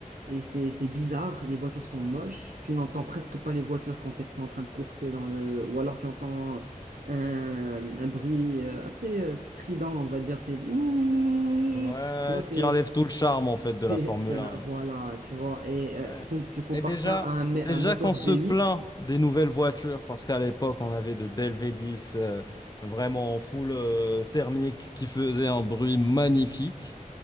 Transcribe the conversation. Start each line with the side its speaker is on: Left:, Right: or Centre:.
Right: Et c'est, c'est bizarre, les voitures sont
Left: Ouais.
Right: moches. Tu n'entends presque pas les voitures quand elles sont en train de courser dans le... Ou alors tu entends un, un bruit euh, assez euh, strident, on va dire. C'est... mi
Left: Ouais,
Right: Tu vois,
Left: ce
Right: c'est...
Left: qui enlève tout le charme, en fait, de
Right: C'est,
Left: la Formule
Right: c'est un-
Left: 1.
Right: voilà, tu vois, et
Left: Ouais.
Right: euh, com- tu compares
Left: Et déjà,
Right: ça à un, mé-
Left: déjà
Right: un moteur
Left: qu'on se
Right: V8,
Left: plaint des nouvelles voitures, parce qu'à l'époque, on avait de belles V10 euh, vraiment en full euh, thermique qui faisaient un bruit magnifique.